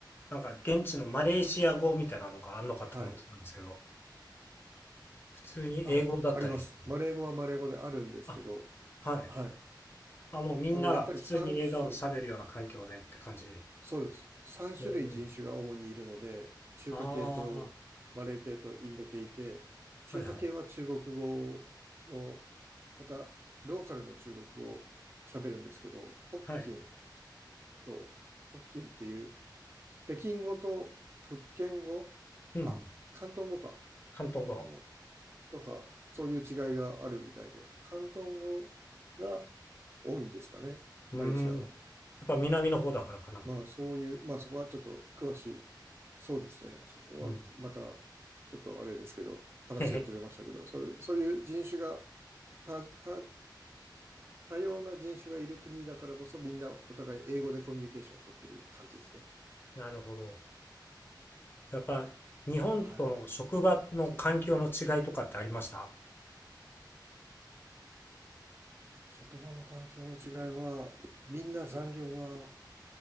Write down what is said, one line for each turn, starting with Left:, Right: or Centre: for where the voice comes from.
Left: なんか現地のマレーシア語みたいなのがあるのかと思ってたんですけど、
Right: はい。
Left: 普通に英語だったりする。
Right: あ、あります。マレー語はマレー語であるんですけど、
Left: あ、はい。
Right: はい。
Left: あ、もうみんなが普通に映画を喋るような環境でって感じ。
Right: あの、やっぱり3種そうです。3種類人種が主にいるので、
Left: うん
Right: 中華系とマレー系とインド系いて、
Left: あ
Right: 中華系は中国語の、
Left: あ、はいはい。
Right: またローカルの中国語を喋るんですけど、北京
Left: はい。
Right: と、北京っていう、北京語と福建語、
Left: うん。
Right: あ、広東語か。
Left: 広東語。
Right: 広東語とか、そういう違いがあるみたいで、広東語が多いんですかね、
Left: うーん。
Right: マレーシアは。
Left: やっぱ南の方だからかな。
Right: まあそういう、まあそこはちょっと詳しいそうですね。そこはまた、
Left: うん。
Right: ちょっとあれですけど、話がずれましたけど、
Left: <laughs> へへ。
Right: そういう、そういう人種が、た、た、多様な人種がいる国だからこそ、みんなお互い英語でコミュニケーションを取ってる感じですね。
Left: なるほど。やっぱ日本との職場の環境の違いとかってありました
Right: はい。そうなんです。職場の環境の違いは、みんな残業は